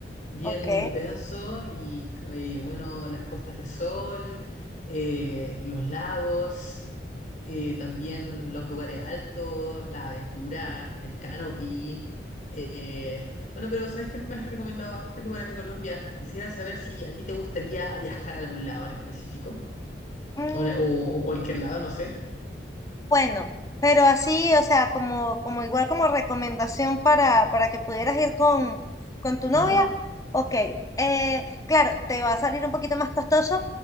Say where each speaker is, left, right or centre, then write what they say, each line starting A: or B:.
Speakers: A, on the left; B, on the left.
A: bien
B: Ok.
A: intenso y, eh, bueno, las puestas de sol, eh, los lagos. eh, también los lugares altos, las aventuras, el canopy. eh, bueno, pero sabes que me has recomendado bastantes lugares de Colombia. Quisiera saber si a ti te gustaría viajar a algún lado en específico
B: Mm,
A: o, o- o cualquier lado, no sé.
B: bueno, pero así, o sea, como, como igual como recomendación para, para que pudieras ir con, con tu
A: Ajá,
B: novia. Ok. eh, claro, te va a salir un poquito más costoso,